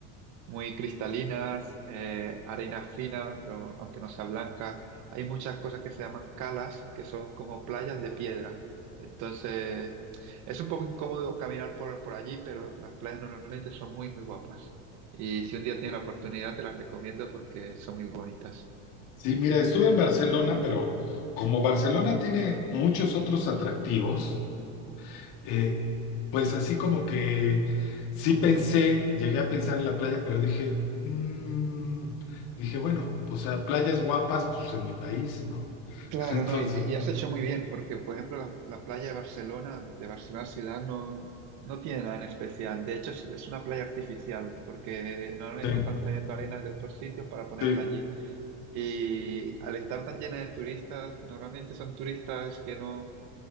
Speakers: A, on the right (about 55°); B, on the left (about 60°).
A: muy cristalinas, eh, arena fina, pero aunque no sea blanca. Hay muchas cosas que se llaman calas, que son como playas de piedra. Entonces, es un poco incómodo caminar por, por allí, pero las playas normalmente son muy, muy guapas. Y si un día tienes la oportunidad, te las recomiendo porque son muy bonitas.
B: Sí, mira, estuve en Barcelona, pero como Barcelona tiene muchos otros atractivos, eh, pues así como que sí pensé, llegué a pensar en la playa, pero dije, mm, dije, bueno, o sea, playas guapas, pues en mi país, ¿no?
A: Claro,
B: <laughs> Entonces,
A: no, y, y has hecho muy bien, porque por ejemplo la, la playa de Barcelona, de Barcelona ciudad, no, no tiene nada en especial. De hecho, es, es una playa artificial, porque normalmente
B: sí,
A: están trayendo arenas de otros sitios para ponerla
B: sí,
A: allí. Y al estar tan llena de turistas, normalmente son turistas que no,